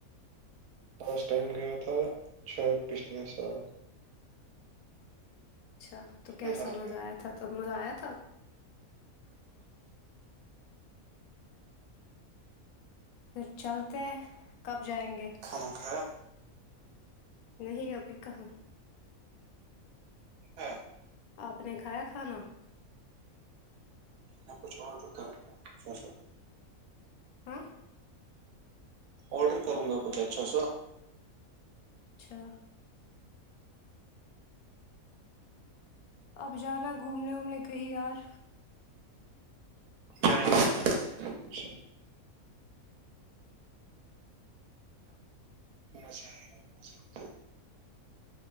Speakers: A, on the right; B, on the left.
A: last time گیا تھا شاید پچھلے سال
B: اچھا
A: پچھلے
B: تو کیسا
A: سال
B: مزہ
A: گیا
B: آیا تھا تب مزہ آیا تھا پھر چلتے ہیں کب جائیں گے
A: کھانا کھایا
B: نہیں ابھی کہاں
A: ہاں
B: آپ نے کھایا کھانا
A: آپ کچھ اوڈر کرو کچھ اچھا سا
B: ہاں
A: اوڈر کروں گا کچھ اچھا سا
B: اچھا اب جانا گھومنے وومنے کہی یار
A: جائیں گے اچھا مزا آیگا